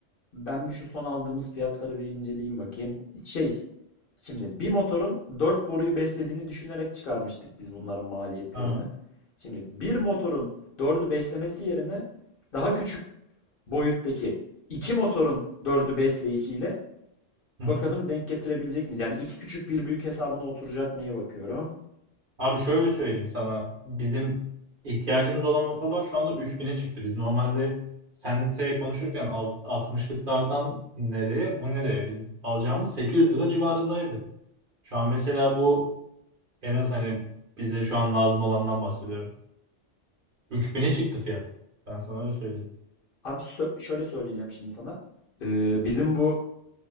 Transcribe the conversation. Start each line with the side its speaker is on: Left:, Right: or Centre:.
Left: Ben bir şu son aldığımız fiyatlara bir inceleyeyim bakayım. Şey, şimdi bir motorun 4 boruyu beslediğini düşünerek çıkarmıştık biz bunların maliyetlerini.
Right: Ha.
Left: Şimdi bir motorun dördü beslemesi yerine daha küçük boyuttaki iki motorun dördü besleyişiyle
Right: Hı
Left: bakalım
Right: hı.
Left: denk getirebilecek miyiz? Yani iki küçük bir büyük hesabına oturacak mıya bakıyorum.
Right: Abi şöyle söyleyeyim sana. Bizim ihtiyacımız olan motorlar şu anda 3000'e çıktı. Biz normalde senle T konuşurken alt- altmışlıklardan nereye bu nereye? Biz alacağımız 800 lira civarındaydı. Şu an mesela bu en az hani bize şu an lazım olandan bahsediyorum. 3000'e çıktı fiyat. Ben sana öyle söyleyeyim.
Left: Abi sö- şöyle söyleyeceğim şimdi sana. Ee, bizim bu